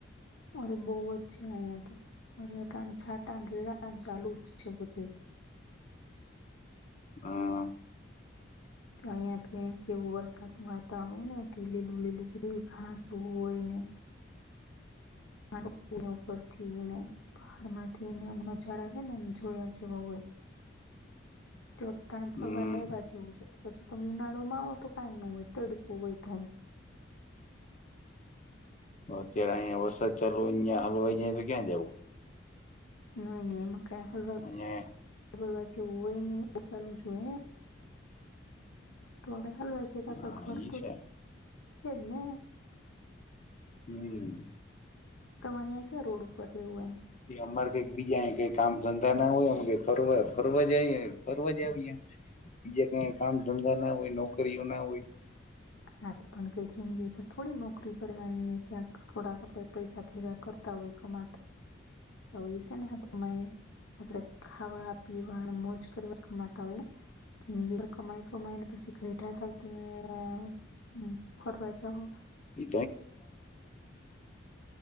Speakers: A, on the left; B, on the left.
A: અરે બહુજ છે અહીંયા તો, અટાણે છાટા રેડાને ચાલુ જ છે બધું.
B: હા
A: અહીંયા તો એમ કેવું, વરસાદ નુ વાતાવરણ હોયને તે લીલું લીલું એ ઘાસ હોય ને <unintelligible> ઉપર થીને, પહાડ માંથી ને આમ નજારા હેને, એમ જોયા જેવા હોય. તો તાન ફરવા
B: હમ
A: એવા જેવું છે. પછી તમે ઉનાળો માં આવો, તો કંઈ ન હોય તડકો હોય ધોમ.
B: અત્યારે અહિયા વરસાદ ચાલુ, અહીંયા હલવાઈ જાય તો ક્યાં જવું?
A: નઈ નને એમા ક હલવા
B: અહિયે
A: <unintelligible> હોય ને, તો ચાલુજ હોય એ. તોડે હાલવાય છે તો, આપડો
B: હા
A: ઘર
B: ઈ
A: તો,
B: છે
A: છેજ ને.
B: હમ્મ
A: તમારે અહીંયા ક્યા રોડ ઉપર રહેવું હે.
B: એ અમારે કઈક બીજા એ કઈ કામ ધંધા ન ના હોય, મ કે ફરવા, ફરવા જ આઈએ, ફરવા આવીએ. બીજા કઈ કામ ધંધા ના હોય, નોકરીઓ ના હોય.
A: હાતો પણ કઈ જિંદગી પર થોડી નોકરી કરવાની હોય, ક્યાંક થોડાક આપડે પૈસા ભેગા કરતા હોય, કમાતા તો એ છે નેું હારુ કમાયે? આપડે ખાવા, પીવા, ને મોજ કરવાજ કમાતા હોયને. જિંદગી ભર કમાઈ, કમાઈ ને પછી ઘેઠા થાઓ ત્યારે એમ હમ્મ ફરવા જ હો
B: <unintelligible> એ